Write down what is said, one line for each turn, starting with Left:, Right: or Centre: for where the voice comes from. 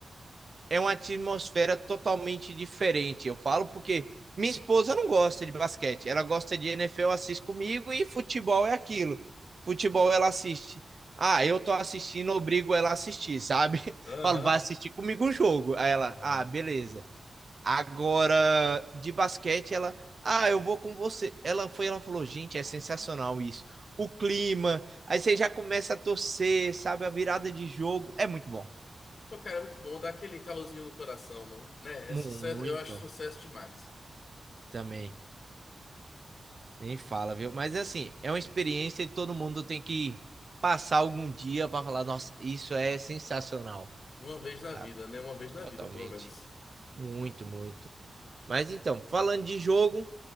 Right: é uma atmosfera totalmente diferente. Eu falo porque minha esposa não gosta de basquete, ela gosta de NFL, assiste comigo e futebol é aquilo. Futebol ela assiste. Ah, eu tô assistindo, obrigo ela a assistir, sabe?
Left: Aham.
Right: <laughs> Falo, vai assistir comigo um jogo.
Left: <laughs>
Right: Aí ela,
Left: Aham.
Right: ah, beleza. Agora, de basquete, ela, ah, eu vou com você. Ela foi, ela falou, gente, é sensacional isso. O clima, aí você já começa a torcer, sabe? A virada de jogo. É muito bom.
Left: Pô, cara, é muito bom dar aquele calorzinho no coração, não? Né?
Right: Muito
Left: É sucesso, eu acho sucesso demais.
Right: também. Nem fala, viu? Mas assim, é uma experiência e todo mundo tem que passar algum dia para falar, nossa, isso é sensacional.
Left: Uma vez na
Right: Tá,
Left: vida, né? Uma vez na
Right: totalmente.
Left: vida, pelo menos.
Right: Muito, muito. Mas então, falando de jogo,